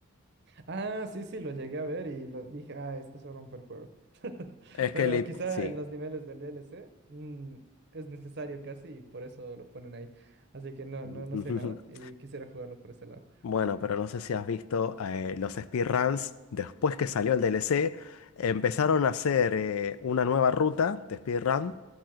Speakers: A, on the right (about 50°); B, on the left (about 75°).
A: Ah, sí, sí, lo llegué a ver y lo dije, ah, es que eso rompe el juego.
B: Es
A: Pero
B: que lit-
A: quizá
B: sí.
A: en los niveles del DLC mm, es necesario casi y por eso lo ponen ahí. Así que no,
B: <laughs>
A: no, no sé nada y quisiera jugarlo por ese lado.
B: Bueno, pero no sé si has visto eh, los speedruns después que salió el DLC. Empezaron a hacer eh, una nueva ruta de speedrun